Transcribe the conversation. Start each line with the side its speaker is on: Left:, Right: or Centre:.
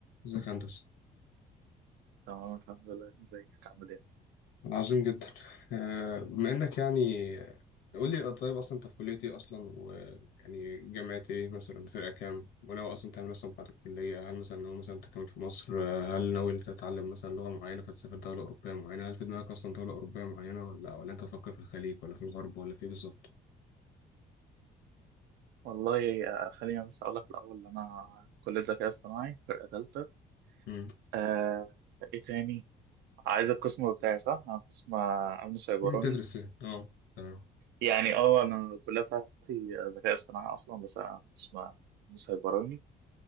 Left: ازيك يا هندسة
Right: تمام الحمد لله ازيك عامل ايه؟
Left: عظيم جدا آه، بما انك يعني قول لي طيب اصلا انت في كلية ايه اصلا ويعني جامعة ايه مثلا فرقة كام وناوي اصلا تعمل إيه اصلا بعد الكلية هل مثلا ناوي مثلا تكمل في مصر آه، هل ناوي تتعلم مثلا لغة معينة فتسافر دولة أوروبية معينة هل في دماغك اصلا دولة أوروبية معينة ولا ولا انت تفكر في الخليج ولا في الغرب ولا في إيه بالظبط
Right: والله آه، خليني بس اقول لك الاول ان انا كليه ذكاء اصطناعي فرقه ثالثه
Left: مم.
Right: آه ايه تاني؟ عايز القسم بتاعي صح؟ انا قسم آه، امن سيبراني
Left: مم، تدرس ايه اه تمام
Right: يعني اه انا الكليه بتاعتي آه، ذكاء اصطناعي اصلا بس انا قسم امن سيبراني